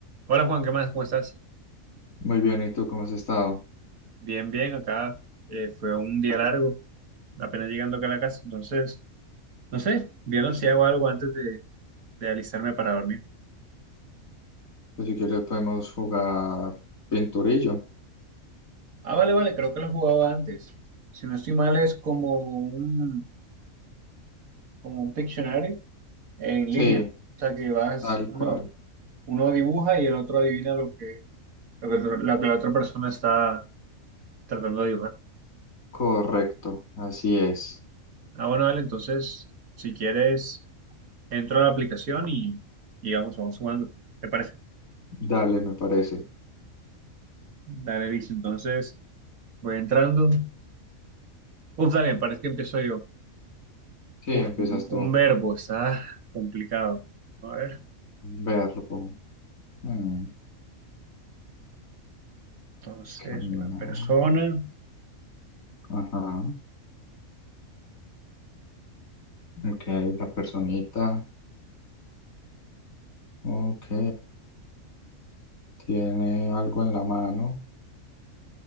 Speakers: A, on the right; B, on the left.
A: Hola Juan, ¿qué más? ¿Cómo estás?
B: Muy bien, ¿y tú cómo has estado?
A: Bien, bien, acá eh, fue un día largo, apenas llegando acá a la casa, entonces, no sé, viendo si hago algo antes de, de alistarme para dormir.
B: Pues, si quieres podemos jugar pinturillo.
A: Ah, vale, vale, creo que lo jugaba antes. Si no estoy mal, es como un, como un Pictionary en
B: Sí,
A: línea. O sea, que vas,
B: tal
A: uno,
B: cual.
A: uno dibuja y el otro adivina lo que, lo que, lo que la otra persona está tratando de dibujar.
B: Correcto, así es.
A: Ah, bueno, vale, entonces, si quieres. Entro a la aplicación y, y vamos, vamos jugando. ¿Te parece?
B: Dale, me parece.
A: Dale, dice. Entonces, voy entrando. Uf, dale, parece que empiezo yo.
B: Sí,
A: Uf,
B: empiezas
A: un, un
B: tú.
A: verbo, está complicado. A ver,
B: Verbo. Mm,
A: entonces,
B: caminar.
A: una persona.
B: Ajá. Ok, la personita. Ok. Tiene algo en la mano.